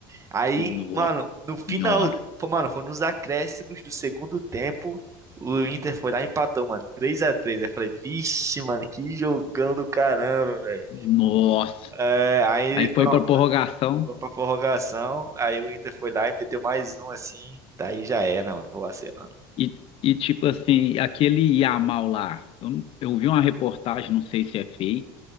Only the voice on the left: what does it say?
nossa
senhora.
Nossa.
Aí
foi pra prorrogação
e, e tipo assim, aquele Yamal lá. Eu, não- eu vi uma reportagem, não sei se é fake,